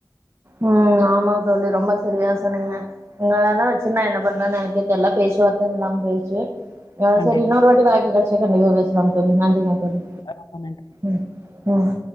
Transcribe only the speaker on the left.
கண்டிப்பா.
ஆமா நன்றி.